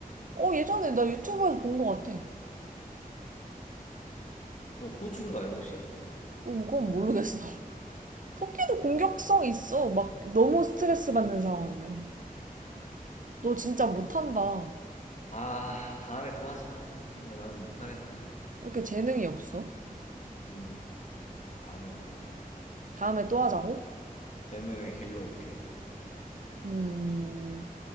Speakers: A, on the right; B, on the left.
A: 어, 예전에 나 유튜브에서 본 것 같아. 어,
B: 그거 호주인가요, 혹시?
A: 그건 모르겠어. 토끼도 공격성 있어. 막 너무 스트레스 받는 상황이면. 너 진짜 못한다. 왜
B: 아, 다음에 또 하자. 이거 나는 못하겠다.
A: 이렇게 재능이 없어?
B: 음. 다음에 또
A: 다음에 또 하자고?
B: 재능을 길러 올게.
A: 음,